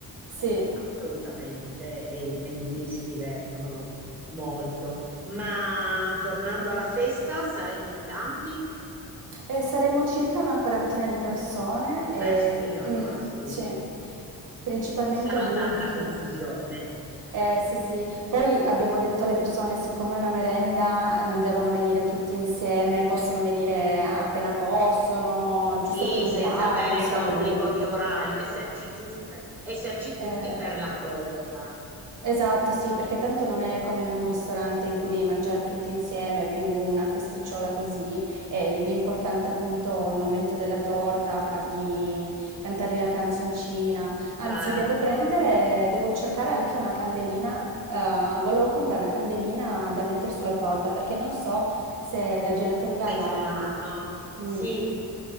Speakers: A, on the right; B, in the centre.
A: Sì.
B: assolutamente, e i bambini si divertono molto. Ma tornando alla festa, sarete in tanti?
A: Eh, saremo circa una quarantina di persone
B: Eh
A: e
B: beh, sì, allora
A: mh,
B: sì,
A: sì, principalmente
B: ci sarà
A: adulti.
B: tanta confusione.
A: Eh, sì, sì. Poi abbiamo detto alle persone, siccome è una merenda, non devono venire tutti insieme, possono venire appena possono, giusto
B: Sì,
A: per un
B: senza
A: gelato,
B: avere
A: un saluto.
B: l'obbligo di orario, esserci giusti, esserci tutti
A: Eh,
B: per la torta,
A: Esatto, sì, perché tanto non è come in un ristorante in cui devi mangiare tutti insieme, è più una festicciola così, e l'importante è appunto il momento della torta, fargli cantare la canzoncina. Anzi,
B: certo,
A: devo prendere, devo cercare anche una candelina, eh, volevo comprare una candelina da mettere sulla torta, perché non so se la gelateria
B: se
A: la...
B: ce l'hanno. Sì,
A: Mm,